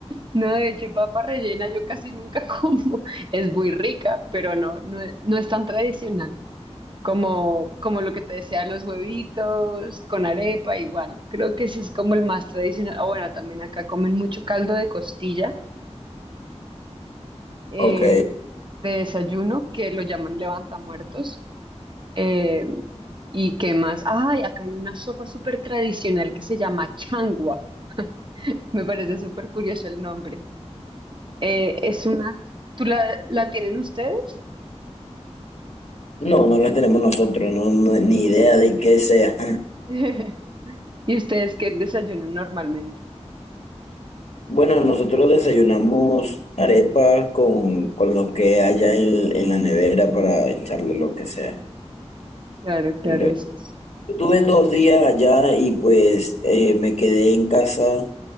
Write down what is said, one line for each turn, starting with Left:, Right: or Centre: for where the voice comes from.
Right: No, de hecho, papa rellena yo casi nunca <laughs> como. Es muy rica, pero no, no, es no es tan tradicional como, como lo que te decía, los huevitos con arepa, igual. Creo que ese es como el más tradicional. Ah, bueno, también acá comen mucho caldo de costilla eh,
Left: Ok.
Right: de desayuno, que lo llaman levantamuertos. Eh, ¿y qué más? Ay, acá hay una sopa súper tradicional que se llama changua. Me parece súper curioso el nombre. Eh, es una, ¿tú la, la tienen ustedes?
Left: No, no las tenemos nosotros, no, no- ni idea de qué sea.
Right: <laughs> ¿Y ustedes qué desayunan normalmente?
Left: Bueno, nosotros desayunamos arepa con, con lo que haya en, en la nevera para echarle lo que sea.
Right: Claro, claro,
Left: En realidad,
Right: eso es.
Left: Tuve dos días allá y pues eh, me quedé en casa.